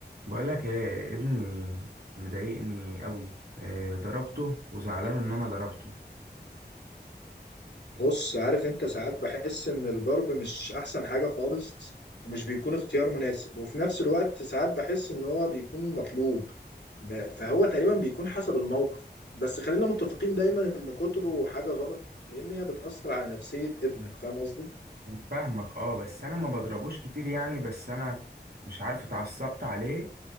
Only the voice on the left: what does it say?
بص عارف انت ساعات بحس ان الضرب مش احسن حاجة خالص ومش بيكون اختيار مناسب وفي نفس الوقت ساعات بحس ان هو بيكون مطلوب ب- فهو تقريبا بيكون حسب الموقف بس خلينا متفقين دايما ان كتره حاجة غلط لان هي بتأثر على نفسية ابنك فاهم قصدي؟